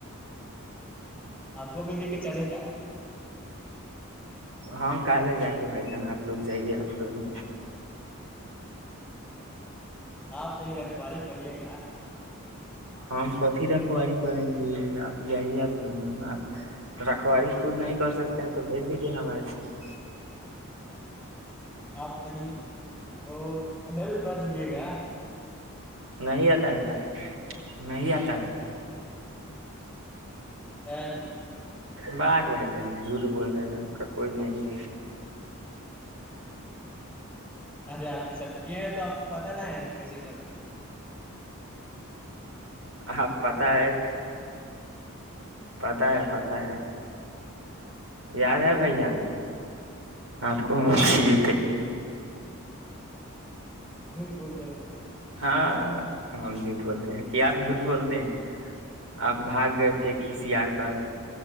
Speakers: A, in the centre; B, on the right.
A: آپ کوبھی لے کے چلے گا
B: ہم کل جائیں گے بھائی جان آپ لوگ جائیے آپ دونوں
A: آپ تو یہ رکھوال ہی پڑیے گا
B: ہم کت ہی رکھواری کریں گے آپ جائیے آپ دونوں آپ رکھواری خود نہیں کر سکتے ہیں تو بھیج دیجیے ہمارے ساتھ
A: آپ تنی وہ ہیلپ کر دیجے گا
B: نہیں
A: پکڑنے
B: آتا ہے
A: میں
B: کا نہیں آتا ہے
A: س ن
B: بااک بھائی جان جھوٹ بول رہے ہیں آپ کا کوئی نہیں
A: ارے آپ کے ساتھ کیے ہیں تو آپ کو پت نہ ہے کیسے کرتے ہیں
B: آپ پت ہے پتا ہے پتا ہے یاد ہے بھائی جان آپ کو چے تھے
A: جھوٹ بولتے ہیں ب
B: ہاں ہم جھوٹ بولتے ہیں کیا آپ جھوٹ بولتے ہیں آپ بھاگ گئے تھے کھسییا کر